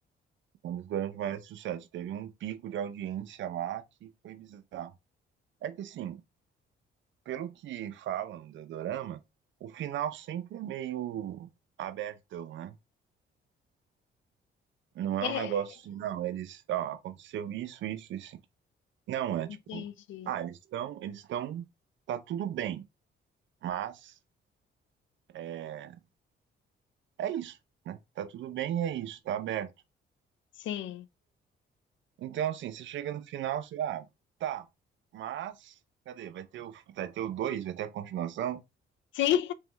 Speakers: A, on the right; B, on the left.
A: um dos grandes maiores sucessos. Teve um pico de audiência lá que foi bizarro. É que assim, pelo que falam do Dorama, o final sempre é meio abertão, né? Não é
B: É,
A: um negócio assim, não, eles, ó, aconteceu isso, isso, isso. aqui. Não, é tipo,
B: entendi.
A: ah, eles estão, eles estão, tá tudo bem, mas é, é isso, né? Tá tudo bem, é isso, tá aberto.
B: Sim.
A: Então, assim, você chega no final, você, ah, tá, mas, cadê? Vai ter o, vai ter o dois vai ter a continuação,
B: Sim,